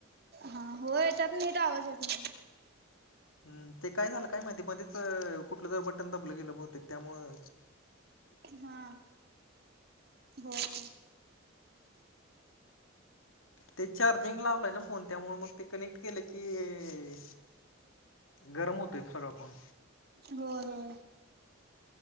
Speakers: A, on the right; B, on the left.
A: हा हो य त्यात मी तर आवाज येत नाही.
B: हम् ते काय झालं काय माहिती मध्येच कुठलं जर बटन दबलं गेलं बहुतेक यामुळे
A: हा ब <inaudible>
B: ते चार्जिंग लावलंय ना फोन त्यामुळे मग ते कनेक्ट केलं की गरम होतंय ते फोन
A: हो होय.